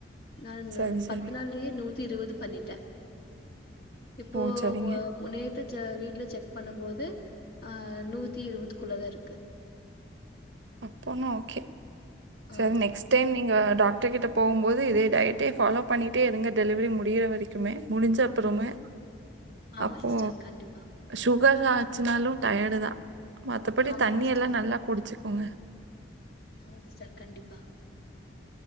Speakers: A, on the left; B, on the right.
A: நா இந்த
B: சரி, சரி.
A: பத்து நாள்லயே நூத் தி இருவது பண்ணிட்டே இப்போ
B: ஓ! சரிங்க.
A: ஓ நேத் து செ வீட்ல செக் பண்ணும்போது அ நூத்தி இருவதுகுள்ளதா இருக்கு
B: அப்பனா ஓகே
A: ஆ
B: சரி நெக்ஸ்ட் டைம் நீங்க டாக்டர்கிட்ட போகும்போது இதே டயட்டே ஃபாலோ பண்ணிட்டே இருங்க டெலிவரி முடியிற வரைக்குமே முடிஞ்ச அப்புறமே
A: ஆமா
B: அப்போ
A: சிஸ்டர் கண்டிப்பா
B: சு கர் ஆச்சுனாலு டயர்டுதா மத்தபடி
A: ஆமா
B: தண்ணி
A: சிஸ்டர்
B: எல்லா நல்லா குடிச்சு கோங்க
A: ஆமா சிஸ்டர் கண்டிப்பா